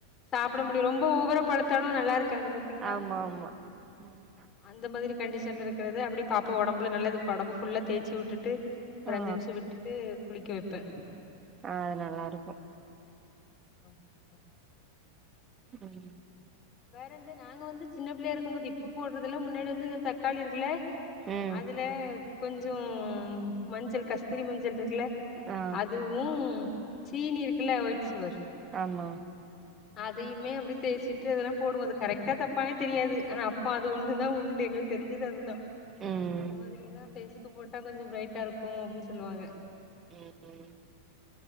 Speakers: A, on the left (about 30°); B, on the right (about 25°).
A: சாப்ட முடியு ரொம்ப ஓவராப் பழுத்தாலு நல்லாருக்காது பாத்தீங்ளா
B: ஆமா ஆமா ம்
A: அந்த மாரி கண்டிஷன்ல இருக்கறது அப்டி பாப்பா ஒடம்புல நல்லா இது ஒடம்பு ஃபுல்லா தேச்சி விட்டுட்டு ஒரு
B: ஆ
A: அஞ்சு நிம்ஷ விட்டுட்டு குளிக்க வைப்பே
B: ஆ நல்லா இருக்கு
A: ஆ அ
B: ம்
A: வேற இந்த நாங்க வந்து சின்ன புள்ளையா இருக்கும்போது இப்ப போடுறதுல முன்னாடி வந்து இந்த தக்காளி இருக்குல
B: ம்
A: அது ல கொஞ்சோ மஞ்சள் கஸ்தூரி மஞ்சள் இருக்குல்ல
B: ஆ
A: அது வு சீனி இருக்குல்ல ஒயிட் சுகர்
B: ஆமா
A: அதையுமே அப்டி தேய்ச்சிட்டு அதெல்லா போடுவோ அது கரெக்டா தப்பானே தெரியாது ஆனா அப்ப அது ஒன்னு தா உண்டு எங்களுக்கு தெரிஞ்சது அதுதா
B: ம்
A: அந்த மாதிரில்லா பேஸ்கு போட்டா கொஞ்சோ பிரைட்டா இருக்கு அப்டின் சொல்லுவாங்க
B: ம்